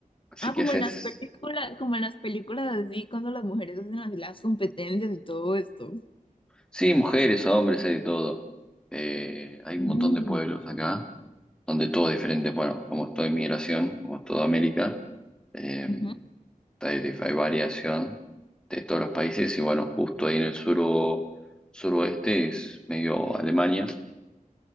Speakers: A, in the centre; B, on the left.
A: Así
B: Ah,
A: que
B: como
A: haces,
B: en las películas, como en las películas así, cuando las mujeres hacen así las competencias y todo esto.
A: sí, mujeres, hombres, hay de todo. Eh, hay un
B: Mm,
A: montón de pueblos acá donde todo es diferente. Bueno, como es toda inmigración, como es toda América. eh,
B: ujú.
A: hay, hay variación de todos los países y bueno, justo ahí en el sur, suroeste es medio Alemania,